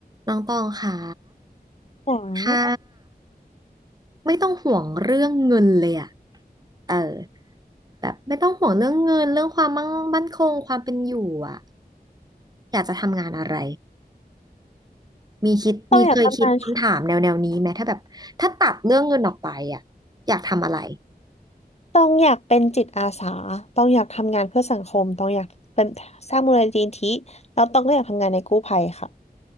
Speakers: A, on the right (about 25°); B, on the left (about 40°).
A: น้องตองค่ะ
B: หวัง
A: ถ้าไม่ต้องห่วงเรื่องเงินเลยอะ เออ แบบไม่ต้องห่วงเรื่องเงินเรื่องความมั่งมั่นคงความเป็นอยู่อะ อยากจะทำงานอะไร มีคิดมีเคยคิดคำถามแนวแนวนี้ไหมถ้าแบบถ้าตัดเรื่องเงินออกไปอะอยากทำอะไร
B: ต้องอยากทำงานต้องอยากเป็นจิตอาสาต้องอยากทำงานเพื่อสังคมต้องอยากเป็นสร้างมูลนิธิแล้วต้องก็อยากทำงานในกู้ภัยค่ะ